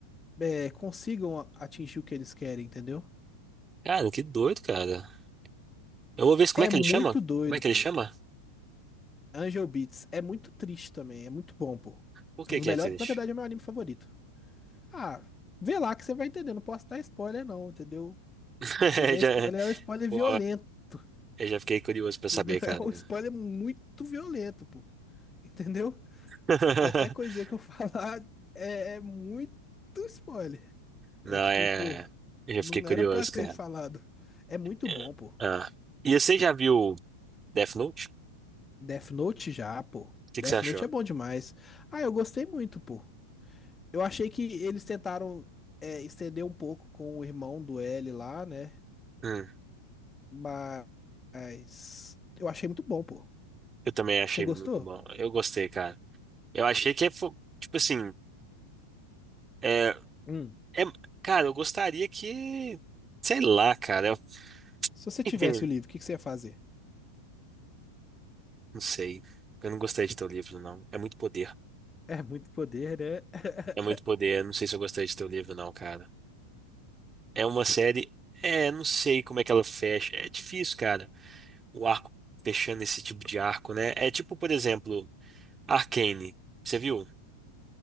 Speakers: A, on the left; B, on the right.
A: é, consigam a- atingir o que eles querem, entendeu?
B: Cara, que doido, cara. Eu vou ver se- como
A: É
B: é que
A: muito
B: ele chama?
A: doido,
B: Como é que
A: pô.
B: ele chama?
A: Angel Beats é muito triste também, é muito bom, pô.
B: Por
A: É
B: que
A: um dos
B: que
A: melhores,
B: é triste?
A: na verdade é o meu anime favorito. Ah, vê lá que você vai entender, não posso dar spoiler não, entendeu?
B: <laughs>
A: Se eu der
B: Já,
A: spoiler, é um spoiler
B: pô,
A: violento, entendeu? <laughs>
B: eu já fiquei curioso pra saber,
A: É
B: cara.
A: um spoiler muito violento, pô. Entendeu?
B: <laughs>
A: qualquer coisinha que eu <laughs> falar é, é muito spoiler.
B: Não,
A: É tipo,
B: é.
A: pô,
B: Eu já
A: não
B: fiquei curioso,
A: era pra ter
B: cara.
A: falado. É muito
B: É,
A: bom, pô.
B: Ah. E você já viu Death Note? O
A: Death Note já, pô.
B: que
A: Death
B: que você achou?
A: Note é bom demais. Ah, eu gostei muito, pô. Eu achei que eles tentaram é, estender um pouco com o irmão do L lá, né?
B: Hum,
A: Mas eu achei muito bom, pô.
B: eu também achei
A: Você gostou?
B: muito bom. Eu gostei, cara. Eu achei que, é fo- tipo assim, é,
A: Hum.
B: é- cara, eu gostaria que, sei lá, cara, eu,
A: Se você
B: enfim,
A: tivesse o livro, o que que você ia fazer?
B: não sei. Eu não gostei de teu livro, não. É muito poder.
A: É muito poder, né? <laughs>
B: É muito poder. Eu Não sei se eu gostei de teu livro, não, cara. É uma série. É, não sei como é que ela fecha. É difícil, cara, o arco fechando esse tipo de arco, né? É tipo, por exemplo, Arcane. Você viu? O